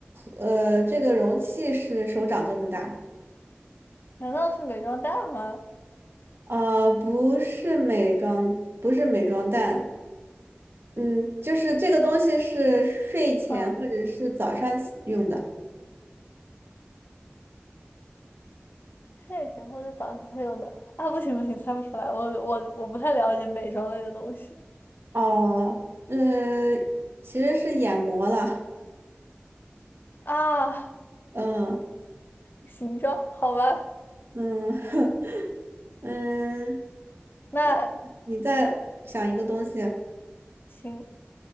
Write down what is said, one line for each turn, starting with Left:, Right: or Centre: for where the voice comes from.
Right: 呃，这个容器是手掌这么大，
Left: 难道是美妆蛋吗？
Right: 呃，不是美妆，不是美妆蛋，嗯，就是这个东西是睡前或者是早上起用的，
Left: 嗯。睡前或者早上会用的啊，不行不行，猜不出来，我我我不太了解美妆类的东西
Right: 哦，嗯，其实是眼膜了，
Left: 啊。
Right: 嗯
Left: 行妆，好吧，
Right: 嗯 <laughs> 嗯，
Left: 那
Right: 那你再想一个东西。
Left: 行，